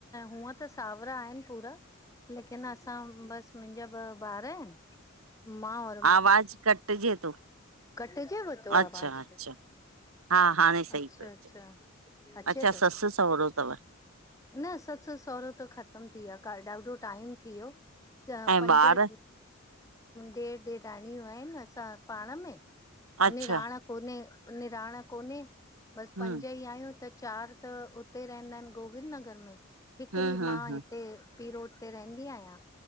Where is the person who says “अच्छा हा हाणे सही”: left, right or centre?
Right